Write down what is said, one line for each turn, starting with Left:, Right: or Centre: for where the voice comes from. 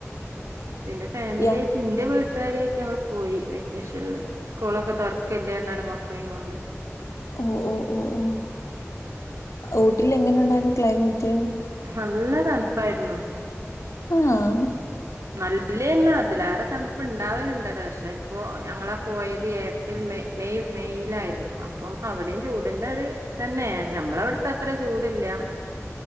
Right: പിന്നെ ഫാമിലിയായിട്ട്
Left: യാ
Right: ഇന്റെ വീ ട്ടാരേറ്റു ഞങ്ങൾ പോയി വെക്കേഷൻല്. സ്കൂളൊക്കെ തൊറ്ക്കല്ലേറ്ഞ്ഞാണ് മക്കളിം കൊണ്ട്.
Left: ഓഹ് ഓഹ് ഓഹ് ഓഹ് ഊട്ടിലെങ്ങനണ്ടായിരുന്നു ക്ലൈമറ്റ്?
Right: നല്ല തണുപ്പായിരുന്നു.
Left: ആഹ്
Right: നല്ലേന്നെ അതിലാറെ തണുപ്പ് ഇണ്ടാവല്ണ്ടടെ പക്ഷെ ഇപ്പോ ഞങ്ങളാ പോയത് ഏപ്രിൽ മെയ് മെയ് മെയ്യിലായിരുന്നു അപ്പം അവിടിം ചൂടിന്റത് തന്നേണ് നമ്മളവ്ട്ത്തത്ര ചൂടില്ല.